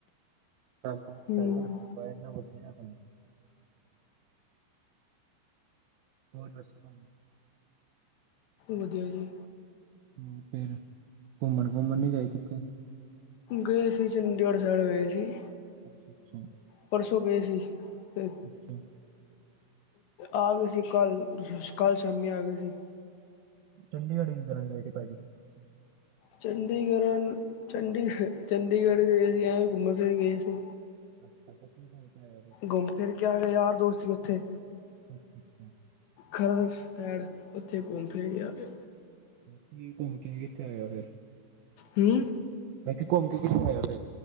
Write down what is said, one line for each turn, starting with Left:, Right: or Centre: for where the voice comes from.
Right: ਕੰਮ ਕੁਮ ਤੇ
Left: ਹੂੰ
Right: ਚੱਲ ਰਿਹਾ ਆਪਣਾ ਬਾਹਰ ਇਨਾ ਵਧੀਆ ਆਪ ਨੂੰ ਹੋਰ ਦੱਸੋ ਭਾਜੀ
Left: ਵਧੀਆ ਵਧੀਆ
Right: ਹੋਰ ਫਿਰ ਘੁੰਮਣ ਘੁੰਮਣ ਨੀ ਗਏ ਕਿਥੇ
Left: ਗਏ ਸੀ ਚੰਡੀਗੜ੍ਹ ਸਾਈਡ ਗਏ ਸੀ
Right: ਅੱਛਾ ਅੱਛਾ
Left: ਪਰਸੋਂ ਗਏ ਸੀ ਤੇ
Right: ਅੱਛਾ
Left: ਆ ਗਏ ਸੀ ਕੱਲ ਕੱਲ ਸ਼ਾਮੀ ਆ ਗਏ ਸੀ
Right: ਚੰਡੀਗੜ੍ਹ ਇੰਦਰਾ ਗਏ ਭਾਜੀ
Left: ਚੰਡੀਗੜ੍ਹ ਚੰਡੀ ਚੰਡੀਗੜ੍ਹ ਗਏ ਸੀ ਐਵੇਂ ਘੁੰਮਣ ਫਿਰਨ ਗਏ ਸੀ
Right: ਅੱਛਾ ਅ ਕੀ ਪਹੁੰਚ ਆਇਆ ਫਿਰ
Left: ਗੁੰਮ ਫਿਰ ਕੇ ਗਿਆ ਯਾਰ ਦੋਸਤ ਸੀ ਉੱਥੇ
Right: ਅੱਛਾ ਅੱਛਾ
Left: ਹਰ ਸਾਈਡ ਉੱਥੇ ਘੁੰਮ ਫਿਰ ਗਿਆ ਤੇ
Right: ਕੀ ਘੁੰਮ ਕੇਵੇ ਕਿੱਥੇ ਆਇ ਹੋ
Left: ਹੂ,,,
Right: ਮੈਂ ਕਿਹਾ ਘੁੰਮ ਕਿੱਥੋਂ ਆਏ ਫਿਰ